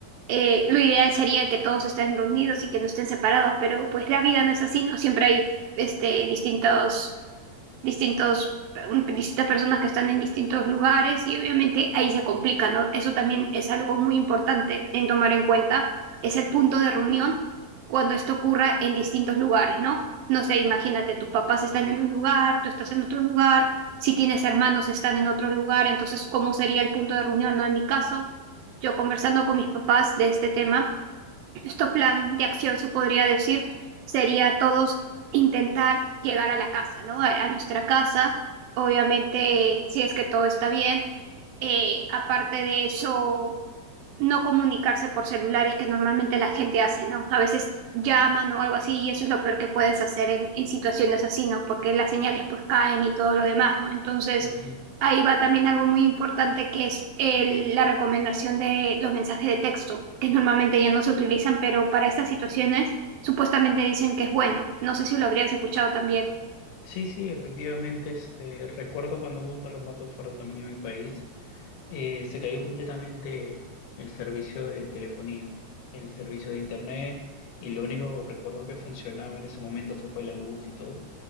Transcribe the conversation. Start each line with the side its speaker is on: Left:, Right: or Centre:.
Right: Eh, lo ideal sería que todos estén reunidos y que no estén separados, pero pues la vida no es así, ¿no? Siempre hay este, distintos distintos, un- distintas personas que están en distintos lugares y obviamente ahí se complica, ¿no? Eso también es algo muy importante en tomar en cuenta, es el punto de reunión cuando esto ocurra en distintos lugares, ¿no? No sé, imagínate, tus papás están en un lugar, tú estás en otro lugar, si tienes hermanos están en otro lugar, entonces, ¿cómo sería el punto de reunión, ¿no? En mi caso, yo conversando con mis papás de este tema. Nuestro plan de acción, se podría decir, sería todos intentar llegar a la casa, ¿no? A, a nuestra casa, obviamente, si es que todo está bien. Eh, aparte de eso, no comunicarse por celulares que normalmente la gente hace, ¿no? A veces llaman o algo así y eso es lo peor que puedes hacer en, en situaciones así, ¿no? Porque las señales pues caen y todo lo demás, ¿no? Entonces
Left: Ujú.
Right: ahí va también algo muy importante que es el- la recomendación de los mensajes de texto, que normalmente ya no se utilizan, pero para estas situaciones supuestamente dicen que es bueno. No sé si lo habrías escuchado también.
Left: Sí, sí, efectivamente. este, recuerdo cuando hubo un terremoto fuerte también en mi país, eh, se cayó completamente el servicio de telefonía, el servicio de internet, y lo único recuerdo que funcionaba en ese momento se fue la luz y todo.